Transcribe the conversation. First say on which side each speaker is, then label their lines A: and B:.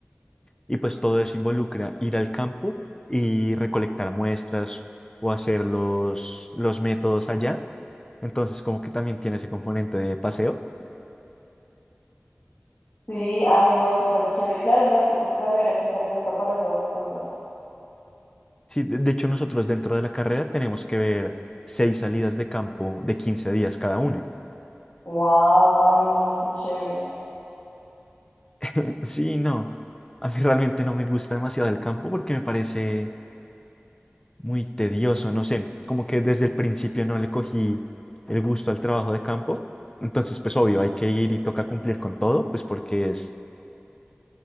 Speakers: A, on the left (about 20°); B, on the left (about 80°).
A: y pues todo eso involucra ir al campo y recolectar muestras o hacer los, los métodos allá. Entonces, como que también tiene ese componente de paseo.
B: Sí, ay, no, súper chévere. Claro, no es que tu carrera sí se presta para esas cosas.
A: Sí, de de hecho, nosotros dentro de la carrera tenemos que ver seis salidas de campo de 15 días cada una.
B: Wow, ay, no, qué chévere.
A: <laughs> Sí, no. A mí realmente no me gusta demasiado el campo porque me parece muy tedioso, no sé, como que desde el principio no le cogí el gusto al trabajo de campo. Entonces, pues obvio, hay que ir y toca cumplir con todo, pues porque es